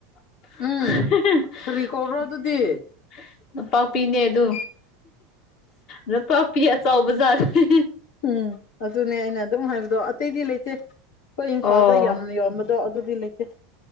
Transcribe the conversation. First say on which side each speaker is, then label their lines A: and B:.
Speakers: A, on the left (about 50°); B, on the left (about 70°).
A: <inaudible>
B: ꯎꯝ ꯀꯔꯤ ꯀꯧꯕ꯭ꯔꯣ ꯑꯗꯨꯗꯤ
A: ꯂꯝꯄꯥꯛꯄꯤꯅꯦ ꯑꯗꯨ ꯂꯝꯄꯥꯛꯄꯤ ꯑꯆꯕꯖꯥꯠꯔꯦ
B: ꯎꯝ ꯑꯗꯨꯅꯦ ꯑꯩꯅ ꯑꯗꯨꯝ ꯍꯥꯏꯕꯗꯣ ꯑꯇꯩꯗꯤ ꯂꯩꯇꯦ ꯑꯩꯈꯣꯏ ꯏꯝꯐꯥꯜꯗ
A: ꯑꯣ
B: ꯌꯥꯝ ꯌꯣꯟꯕ ꯑꯗꯣ ꯑꯗꯨꯗꯤ ꯂꯩꯇꯦ